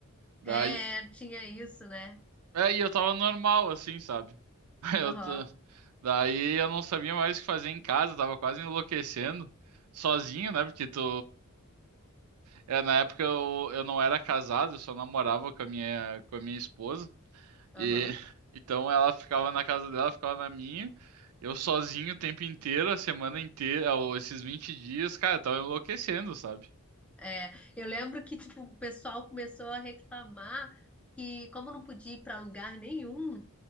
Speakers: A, on the right; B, in the centre.
A: Daí,
B: É, tinha isso, né?
A: é, e eu tava normal, assim, sabe? <laughs> Eu
B: Aham,
A: t- daí eu não sabia mais o que fazer em casa, tava quase enlouquecendo, sozinho, né? Porque tu. É, na época eu, eu não era casado, eu só namorava com a minha, com a minha esposa.
B: aham.
A: E então ela ficava na casa dela, ficava na minha. Eu sozinho o tempo inteiro, a semana inteira, ou esses 20 dias, cara, eu tava enlouquecendo, sabe?
B: É, eu lembro que, tipo, o pessoal começou a reclamar que, como não podia ir para lugar nenhum,